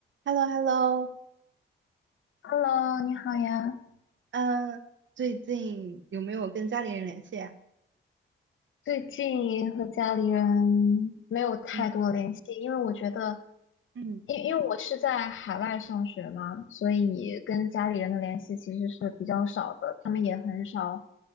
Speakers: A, on the right; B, on the left.
A: h e l l o h e l l o
B: Hello，你好呀。
A: 嗯，最近有没有跟家里人联系呀？
B: 最近和家里人没有太多联系，
A: 嗯
B: 因为我觉得，
A: 嗯
B: 因因为我是在海外上学嘛，所以跟家里人的联系其实是比较少的，他们也很少